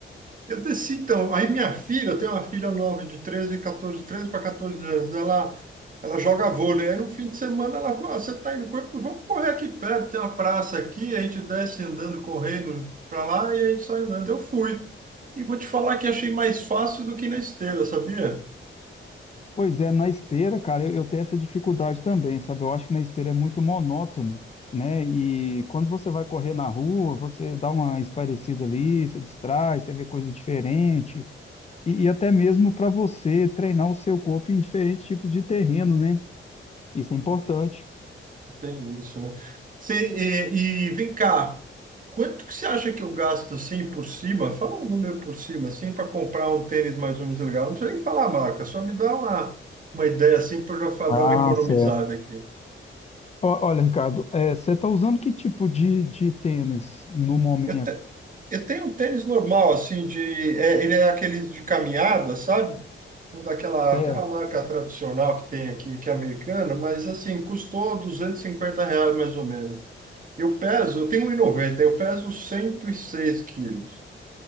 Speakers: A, on the right; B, on the left.
A: Eu desci, então. Aí minha filha, eu tenho uma filha nova de 13, 14, 13 para 14 anos. Ela, ela joga vôlei. Aí no fim de semana ela falou: ah, você está indo, correr? vamos correr aqui perto, tem uma praça aqui. A gente desce andando, correndo para lá e a gente sai andando. Eu fui. E vou te falar que achei mais fácil do que na esteira, sabia?
B: Pois é, na esteira, cara, eu, eu tenho essa dificuldade também, sabe? Eu acho que na esteira é muito monótono, né? E quando você vai correr na rua, você dá uma espairecida ali, você distrai, você vê coisas diferentes. E, e até mesmo para você treinar o seu corpo em diferentes tipos de terreno, né? Isso é importante.
A: Tem isso, né? Cê, e, e vem cá, quanto que você acha que eu gasto assim por cima? Fala um número por cima, assim, para comprar um tênis mais ou menos legal. Não precisa nem falar a marca, só me dá uma, uma ideia assim para eu já fa-
B: Ah,
A: dar uma economizada
B: certo.
A: aqui.
B: Ó- Olha, Ricardo, é, você está usando que tipo de, de tênis no momento?
A: Eu, te- eu tenho um tênis normal, assim, de. é, ele é aquele de caminhada, sabe? Um daquela
B: Certo.
A: aquela marca tradicional que tem aqui, que é americana, mas assim, custou 250 reais mais ou menos. Eu peso, eu tenho um e noventa, eu peso 106 quilos.